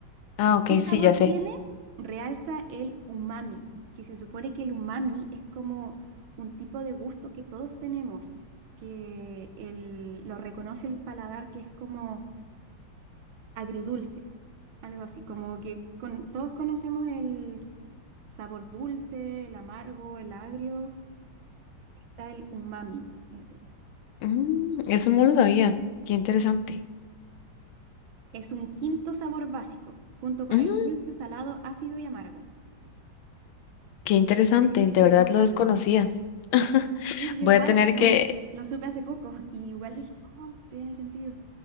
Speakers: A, on the left; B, on the right.
A: Ah,
B: ¿Y qué
A: ok,
B: sabor
A: sí, ya
B: tiene?
A: sé.
B: Realza el umami, que se supone que el umami es como un tipo de gusto que todos tenemos, que el- lo reconoce el paladar, que es como agridulce, algo así, como que con- todos conocemos el sabor dulce, el amargo, el agrio, está el umami, eso es.
A: Mm, eso no lo sabía. Qué interesante.
B: Es un quinto sabor básico, junto con
A: Mm,
B: el dulce, salado, ácido y amargo,
A: qué
B: y
A: interesante,
B: se describe
A: de verdad
B: como
A: lo
B: sabroso.
A: desconocía. <laughs>
B: Sí, yo
A: Voy
B: igual
A: a tener
B: no
A: que,
B: lo, lo supe hace poco <laughs> y igual dije, oh, tiene sentido,